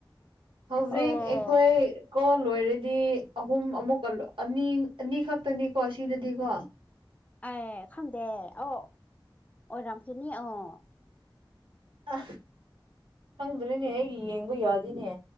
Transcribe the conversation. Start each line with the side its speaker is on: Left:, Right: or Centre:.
Right: ꯍꯧꯖꯤꯛ
Left: ꯑꯣ
Right: ꯑꯩꯈꯣꯏ ꯀꯣ ꯂꯣꯏꯔꯗꯤ ꯑꯍꯨꯝ ꯑꯃꯨꯛꯀ ꯂꯣ ꯑꯅꯤ ꯑꯅꯤ ꯈꯛꯇꯅꯤꯀꯣ ꯁꯤꯗꯗꯤꯀꯣ
Left: ꯑꯦ ꯈꯪꯗꯦ ꯑꯥꯎ ꯑꯣꯔꯝꯈꯤꯅꯤ ꯑꯣ
Right: ꯑ ꯈꯪꯗ꯭ꯔꯦꯅꯦ ꯑꯩꯒꯤ ꯌꯦꯡꯕ ꯌꯥꯗꯦꯅꯦ